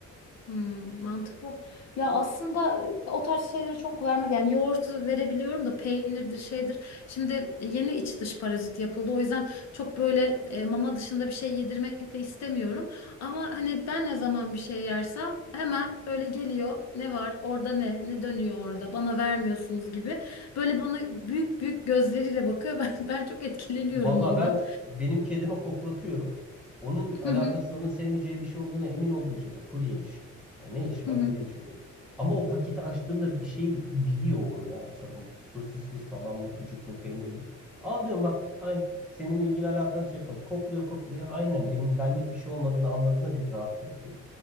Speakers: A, on the left; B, in the centre.
A: Hmm, mantıklı. Ya aslında e, o tarz şeyleri çok vermedi. Yani yoğurtu verebiliyorum da peynirdir şeydir. Şimdi e, yeni iç dış parazit yapıldı. O yüzden çok böyle e, mama dışında bir şey yedirmek de istemiyorum. Ama hani ben ne zaman bir şey yersem hemen böyle geliyor. Ne var orada ne? Ne dönüyor orada? Bana vermiyorsunuz gibi. Böyle bana büyük büyük gözleriyle bakıyor. <laughs> Ben, ben çok etkileniyorum
B: Valla
A: ondan.
B: ben benim kedime koklatıyorum. Onun alakası
A: Hı hı,
B: onun sevmeyeceği bir şey olduğuna emin olduğum için. Mesela kuru yemiş. Ya ne işi
A: hı
B: var
A: hı.
B: kuru yemişin kedi. Ama o paketi açtığımda bir şey biliyor onu. Ya işte sosis mi, salam mı, sucuk mu, peynir mi? Al diyorum bak. Ay senin ilgin alakan şey yapmaz. Kokluyor kokluyor. Aynen benim benlik bir şey olmadığını anladığında beni rahat bırakıyor.